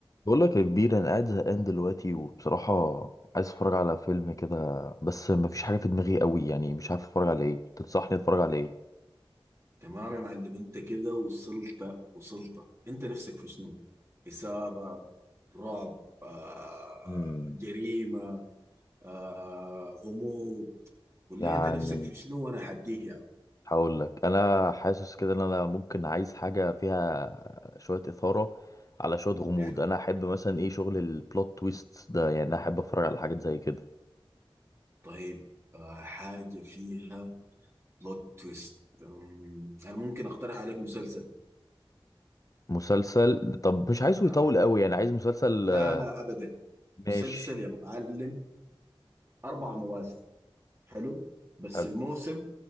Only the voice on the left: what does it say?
بقول لك يا كبير انا قاعد زهقان دلوقتي وبصراحه عايز اتفرج على فيلم كده بس مفيش حاجه في دماغي قوي يعني مش عارف اتفرج على ايه تنصحني اتفرج على ايه
مم.
يعني
هقول لك انا حاسس كده ان انا ممكن عايز حاجه فيها شويه اثاره على شويه غموض
انا احب مثلا ايه شغل البلوت تويست ده يعني انا احب اتفرج على حاجات زي كده
مسلسل طب مش عايزه
يطول قوي يعني عايز مسلسل
آه،
ماشي
حلو